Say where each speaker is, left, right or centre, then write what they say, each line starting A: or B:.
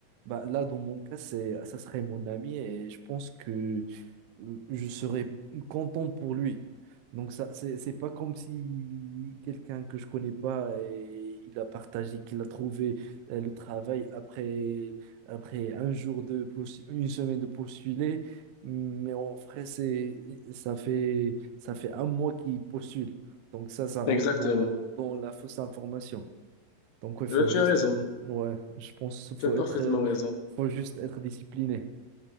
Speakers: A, on the right (about 85°); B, on the left (about 80°).
A: bah, là, dans mon cas, c'est, ça serait mon ami et je pense que euh, je serais content pour lui. Donc, ça, c'est, c'est pas comme si quelqu'un que je connais pas et il a partagé qu'il a trouvé euh, le travail après, après un jour de postu- une semaine de postuler. Mais en vrai, c'est, ça fait, ça fait un mois qu'il postule. Donc, ça, ça rentre
B: Exactement.
A: dans, dans la fausse information. Donc, ouais, faut
B: Eh ben, tu
A: juste,
B: as raison.
A: ouais, je pense, qu'il faut
B: Tu as parfaitement
A: être, euh,
B: raison.
A: faut juste être discipliné.